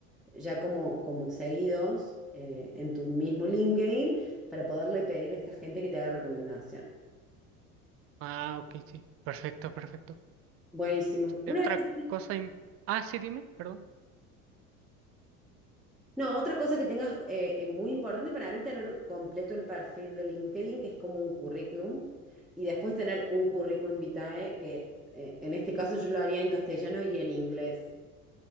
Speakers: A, in the centre; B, on the right.
A: ya como, como seguidos eh, en tu mismo LinkedIn para poderle pedir a esta gente que te haga recomendación.
B: ah, ok, sí. Perfecto, perfecto.
A: Buenísimo.
B: Este,
A: Una
B: otra
A: vez que-
B: cosa, im- ah, sí, dime, perdón.
A: No, otra cosa que tengas eh, eh, muy importante para mí, tener completo el perfil de LinkedIn, que es como un currículum, y después tener un currículum vitae, que eh, en este caso yo lo haría en castellano y en inglés.